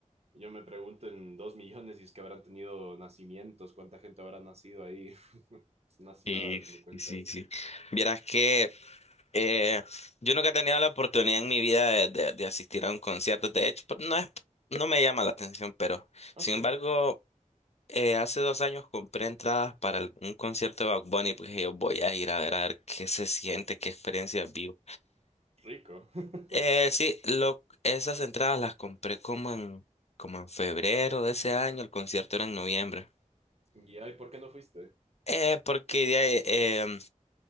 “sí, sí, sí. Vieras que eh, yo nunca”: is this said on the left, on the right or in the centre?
Left